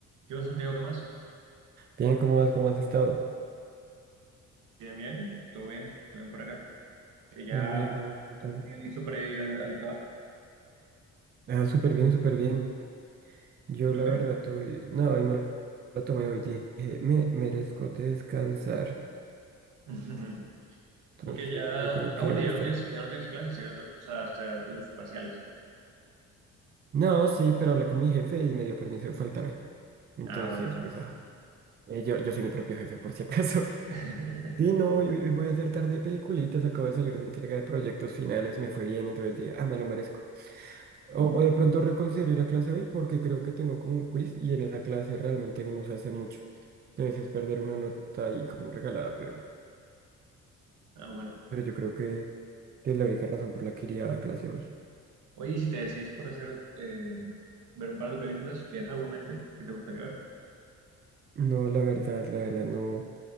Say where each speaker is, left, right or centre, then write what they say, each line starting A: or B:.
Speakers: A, on the right (about 80°); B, on the right (about 35°).
A: ¿Qué vos, Santiago, qué más?
B: Bien, ¿cómo vas? ¿Cómo has estado?
A: Bien, bien, todo bien, todo bien por acá. Que ya
B: Ah, me alegro un montón.
A: casi que listo para ir al, al trabajo.
B: Ah, súper bien, súper bien. Yo
A: ¿Y tú
B: la
A: qué?
B: verdad estoy... No, hoy me lo tomé hoy. Dije, me merezco descansar.
A: <laughs>
B: Entonces,
A: Y que ya.
B: yo creo que
A: Ah, bueno,
B: voy
A: ya
B: a estar
A: no tienes,
B: acá.
A: ya no tienes clases, ¿cierto? O sea, hasta tus parciales.
B: No, sí, pero hablé con mi jefe y me dio permiso de faltar hoy. Entonces,
A: Ah, bueno, no.
B: pues, ah, eh, yo, yo soy mi propio jefe, por si acaso. <laughs>
A: <laughs>
B: Sí, no, hoy, hoy voy a hacer tarde de peliculitas. Acabo de salir de entrega de proyectos finales. Me fue bien, entonces dije, ah, me lo merezco. O, o de pronto reconsidero ir a clase hoy porque creo que tengo como un quiz y en esa clase realmente no se hace mucho. Entonces es perder una nota ahí como regalada, pero,
A: Ah, bueno.
B: pero yo creo que, que es la única razón por la que iría a clase hoy.
A: Oye, ¿y si te decides por hacer, eh, no sé, ver un par de películas, ¿tienes algo en mente que te gustaría ver?
B: No, la verdad, la verdad, no,